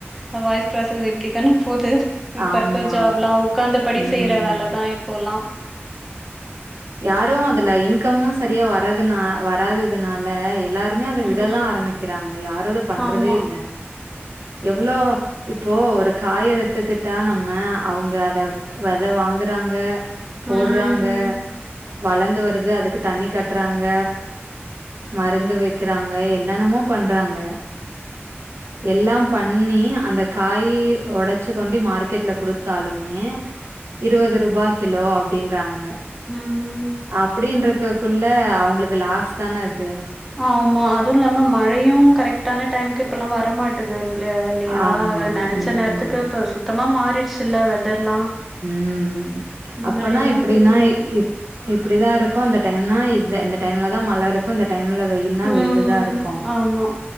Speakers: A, in the centre; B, on the right.
A: அ வாய்ஸ் ப்ராசஸ் இப்டித்தானே போது இப்ப
B: ஆமா.
A: இருக்க ஜாப்லா உக்காந்த படி
B: ம்.
A: செய்யற வேலதா இப்போல்லா
B: யாரு அதுல இன்கமு சரியா வரதுனா வராததுனால எல்லார ருமே அத
A: ம்
B: விடதா ஆரம்பிக்கிறாங்க யாரு அத பண்றதே
A: ஆமா
B: இல்ல
A: <inaudible>
B: எவ்ளோ இப்போ ஒரு காய் எடுத்துக்கிட்டா, நம்ம அவங்க அத வெத வாங்குறாங்க போட்றாங்க
A: ம்
B: வளந்து வருது அதுக்கு தண்ணி காட்றாங்க மருந்து வெக்குறாங்க, என்னென்னமோ பண்றாங்க
A: <inaudible>
B: எல்லாம் பண்ணி அந்த காயே ஒடச்சு கொண்டி மார்க்கெட்ல குடுத்தாலுமே இருவது ரூபா கிலோ அப்டின்றாங்க
A: ம் ம்
B: அப்டின்றக்கக்குள் ள அவங்களுக்கு லாஸ் தானே அது
A: ஆமா அதுவுல்லாம மழையு கரெக்டான டைமுக்கு இப்பெல்லா வரமாட் டுது இல் இல்லையா
B: ஆமா.
A: நெனைச்ச
B: ம்.
A: நேரத்துக்கு இப்ப சுத்தமா மாறிடுச்சுல்ல வெதர்லா
B: ம்
A: முன்னாடி
B: அப்பனா
A: மாதிரி
B: இப்டின்னா
A: இல்ல
B: இப் டி இப்டிதா இருக்கு அந்த டைம்னா இதா இந்த டைம்லதா மழ இருக் கு இந்த டைம்ல வெயில்னா
A: ம்
B: வெயிலுதா இருக்கு
A: ஆமா